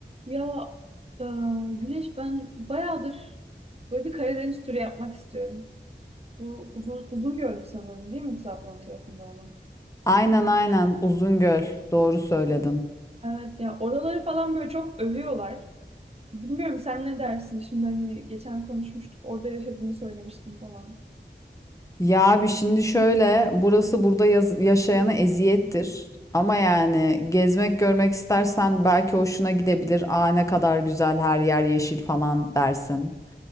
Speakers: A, on the right; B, on the left.
A: Ya e, Güneş ben bayağıdır böyle bir Karadeniz turu yapmak istiyorum. Bu uzun uzun gördüm sanırım değil mi Trabzon tarafında olan?
B: Aynen aynen Uzungöl doğru söyledin.
A: Evet ya oraları falan böyle çok övüyorlar. Bilmiyorum sen ne dersin? Şimdi hani geçen konuşmuştuk orada yaşadığını söylemiştin falan.
B: Ya abi şimdi şöyle burası burada yaz- yaşayana eziyettir. Ama yani gezmek görmek istersen belki hoşuna gidebilir. Aa ne kadar güzel her yer yeşil falan dersin.